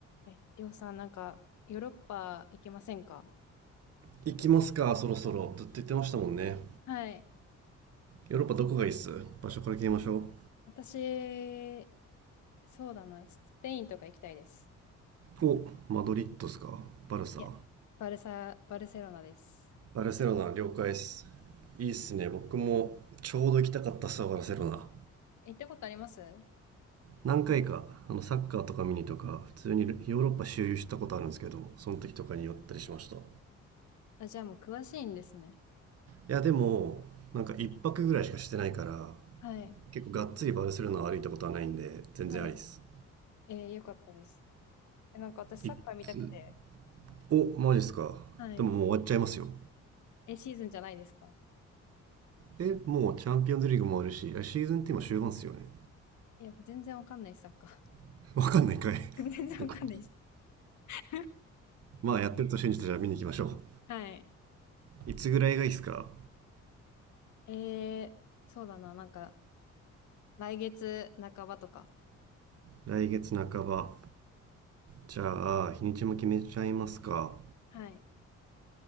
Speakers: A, on the left; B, on the right.
A: え、りょうさん、なんか、ヨーロッパ行けませんか
B: 行きますかそろそろずっと言ってましたもんね
A: はい。
B: ヨーロッパどこがいいっす場所から決めましょ
A: 私、そうだな。スペインとか行きたいです。
B: うおマドリッドっすかバルサ
A: いや、バルサ、バルセロナです。
B: バルセロナ了解っすいいっすね僕もちょうど行きたかったっすわバルセロナ
A: 行ったことあります
B: 何回かあのサッカーとか見にとか普通にヨーロッパ周遊したことあるんですけどその時とかに寄ったりしましたい
A: あ、じゃあもう詳しいんですね。
B: やでもなんか一泊ぐらいしかしてないから
A: はい。
B: 結構がっつりバルセロナを歩いたことはないんで全然ありっす
A: はい。えー、よかったです。え、なんか私サッカー見たくて。
B: いつおマジっすかでももう終わっちゃいますよ
A: はい。え、シーズンじゃないですか
B: えもうチャンピオンズリーグもあるしあシーズンって今終盤っすよね
A: いや、全然わかんない、サッカー。
B: <laughs> わかんないかい
A: <laughs> 全然わかんないです。
B: <laughs>
A: <laughs>
B: まあやってると信じてじゃあ見に行きましょ
A: はい。
B: ういつぐらいがいいっすか
A: えー、そうだな、なんか、来月半ばとか、
B: 来月半ばじゃあ日にちも決めちゃいますか
A: はい。